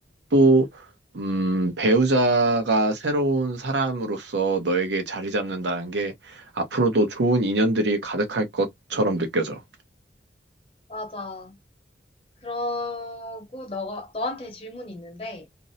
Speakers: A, on the right; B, on the left.
A: 또 음, 배우자가 새로운 사람으로서 너에게 자리 잡는다는 게 앞으로도 좋은 인연들이 가득할 것처럼 느껴져.
B: 맞아. 그러고 너가 너한테 질문이 있는데